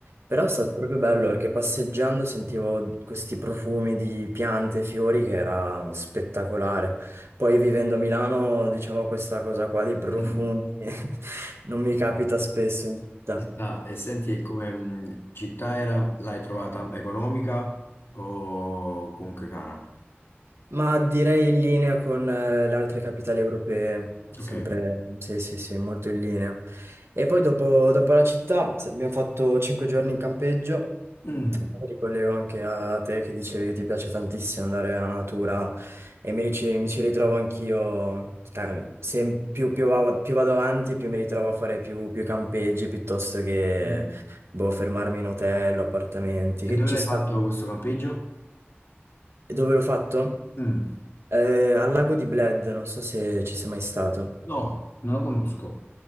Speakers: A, on the right; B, on the left.
A: però è stato proprio bello perché passeggiando sentivo questi profumi di piante e fiori che era spettacolare. Poi vivendo a Milano, diciamo, questa cosa qua di profumi
B: Mm.
A: <laughs> non mi capita spesso in città.
B: Ah, e senti, e come mh, città era, l'hai trovata economica o comunque cara?
A: Ma direi in linea con eh, le altre capitali europee, sempre,
B: Ok.
A: sì, sì, sì, molto in linea. E poi dopo, dopo la città se- abbiamo fatto 5 giorni in campeggio
B: Mm.
A: Mi ricollego anche a te che dicevi che ti piace tantissimo andare alla natura e mi, rice- mi ci ritrovo anch'io, eh, se- più, più va- più vado avanti più mi ritrovo a fare più, più campeggi piuttosto che
B: Mm.
A: boh, fermarmi in hotel o appartamenti,
B: E
A: che
B: dove
A: ci
B: l'hai
A: sta.
B: fatto questo campeggio?
A: E dove l'ho fatto?
B: Mm.
A: Eh, al lago di Bled, non so se ci sei mai stato.
B: No, non lo conosco.